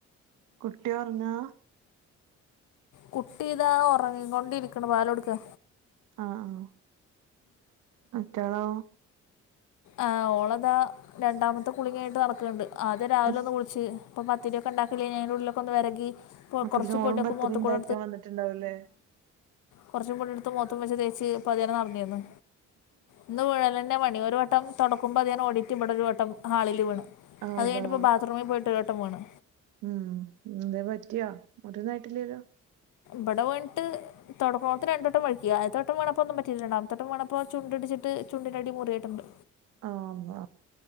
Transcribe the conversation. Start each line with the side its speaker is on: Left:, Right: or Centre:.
Right: കുട്ടി ഒറങ്ങാ
Left: കുട്ടിതാ ഉറങ്ങിക്ക കൊണ്ടിരിക്കണ പാല കൊടുക്ക
Right: ആഹ് ആഹ് മറ്റാളോ
Left: ആഹ് ഓളതാ രണ്ടാമത്തെ കുളിക ആയിട്ട് നടക്ക്ണ്ട് ആദ്യം രാവിലെ
Right: ഉം
Left: ഒന്ന് വിളിച്ച് ഇപ്പ പത്തിരിയൊക്കെ ഉണ്ടാക്കില്ലേ ഞൻ ഉള്ളിലൊക്കെ ഒന്ന് വെരകി
Right: അപ്പൊ
Left: കുറച്ച്
Right: ഇതിന ഓളും
Left: പൊടിയൊക്കെ
Right: പത്തിരി
Left: മോത്ത്ക്കൂടെ
Right: ഇണ്ടാക്കാൻ വന്നിട്ടുണ്ടാവല്ലേ
Left: കുറച്ചും പൊടിയ എടുത്ത് മൂത്തും വെച്ച തേച്ച് പതിയെ നടന്നിന്ന് ഇന്ന് വിഴലന്നെ പണി ഒരു ഒരു വട്ടം തുടക്കുമ്പോ അത് ഞാൻ ഓടിട്ടെ ഇവിടെ ഒരു വട്ടം ഹാളിൽ വീണ്
Right: ആഹ്
Left: അത്
Right: അതാ
Left: കഴിഞ്ഞിപ്പോ ബാത്റമിൽ പോയിട്ട് ഒരു വട്ടം വീണ്
Right: ഉം എന്തേലും പറ്റിയാ മുറിവ് ഒന്നും ആയിട്ടില്ലല്ലോ
Left: ബടവൺ തുടക്കേണത്തെ രണ്ട് വട്ടം വഴക്കി ആദ്യത്തെ വട്ടം വീണപ്പം ഒന്നും പറ്റിയില്ല രണ്ടാമത്തെ വീണപ്പ ചുണ്ട് ഇടിച്ചട്ട് ചുണ്ടിൻ്റെ അടി മുറിഞ്ഞിട്ട് ഉണ്ട്.
Right: ആമ്മ